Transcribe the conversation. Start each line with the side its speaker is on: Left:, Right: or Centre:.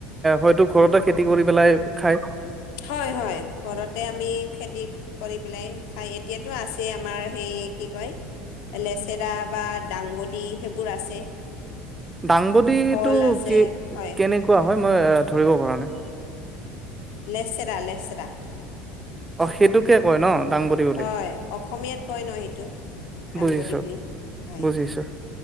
Right: হয়তো ঘৰতে খেতি কৰি পেলাই খায়
Left: হয় হয় ঘৰতে আমি খেতি কৰি পেলাই খাই এতিয়াতো আছে আমাৰ সেই কি কয় লেচেৰা বা দাংবদী সেইবোৰ আছে
Right: দাংবদী
Left: ভল
Right: টো
Left: আছে
Right: কি
Left: হয়
Right: কেনেকুৱা? হয় মই ধৰিব পৰা নাই?
Left: লেচৰা লেচৰা
Right: অ সেইটোকে কয় ন দাংবদী বুলি।
Left: হয় অসমীয়াত কয় ন সেইটো দাংবডী
Right: বুজিছো
Left: বুলি হয়
Right: বুজিছো,